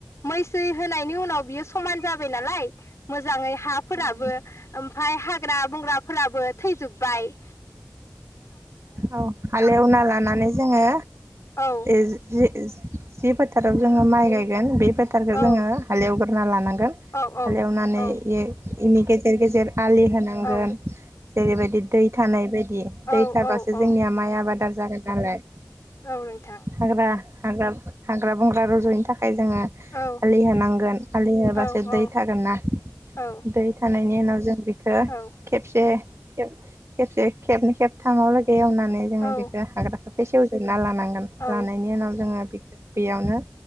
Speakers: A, on the left; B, on the right.
A: मैसै होनायनि उनाव बियो समान जाबाय नालाय मोजांङै हाफोराबो
B: औ नोंथां
A: ओमफाय हाग्रा बंग्राफोराबो थैजोबबाय।
B: औ हालेवना लानानै जोंङो
A: औ
B: <unintelligible> जि फोथाराव जोंङो माइ गायगोन बे फोथारखौ
A: औ
B: जोंङो हालेव होना लानानै गोन
A: औ औ
B: हालेवनानै
A: औ
B: ए इनि गेजेर गेजेर। आलि होनांगोन
A: औ
B: जेरैबायदि दै थानाय बायदि दै
A: औ
B: थाबासो
A: औ औ
B: जोंनिया माइ आबादा जागोन नालाय।
A: औ नोंथां
B: हाग्रा हाग्रा हाग्रा बंग्रा रजयिनि थाख खाय जोंङो
A: औ
B: आलि होनांगोन आलि होबासो
A: औ
B: दै
A: औ
B: थागोन ना
A: औ
B: दै थानायनि उनाव जों बिखौ
A: औ
B: खेबसे खेब खेबसे खेबनै खेब थामाव लागि से एवनानै जोंङो
A: औ
B: बेखौ हाग्राखो बे सेवजोबना लानां गोन
A: औ
B: लानायनि उनाव जोङो बे बेयावनो